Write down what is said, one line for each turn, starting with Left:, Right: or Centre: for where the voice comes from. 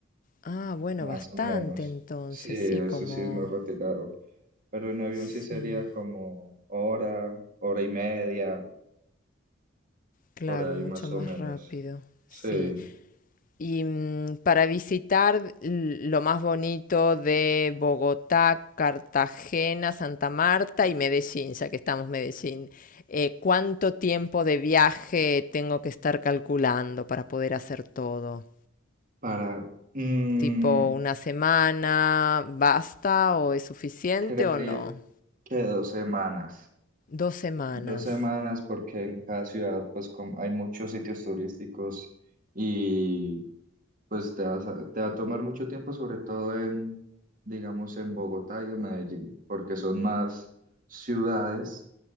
Left: Ah, bueno,
Right: más
Left: bastante
Right: o menos.
Left: entonces,
Right: Sí, eso
Left: sí, como...
Right: sí es más retirado. Pero en avión
Left: Sí.
Right: sí sería como hora, hora y media,
Left: Claro,
Right: por ahí
Left: mucho
Right: más
Left: más
Right: o menos.
Left: rápido, sí.
Right: Sí,
Left: Y mm, para visitar l- lo más bonito de Bogotá, Cartagena, Santa Marta y Medellín, ya que estamos en Medellín, eh, ¿cuánto tiempo de viaje tengo que estar calculando para poder hacer todo?
Right: para, mm,
Left: ¿Tipo una semana basta o es suficiente
Right: creería
Left: o no?
Right: que dos semanas.
Left: Dos semanas,
Right: Dos semanas porque en cada ciudad pues como hay muchos sitios turísticos y pues te vas a- te va a tomar mucho tiempo, sobre todo en, digamos, en Bogotá y en Medellín, porque son más ciudades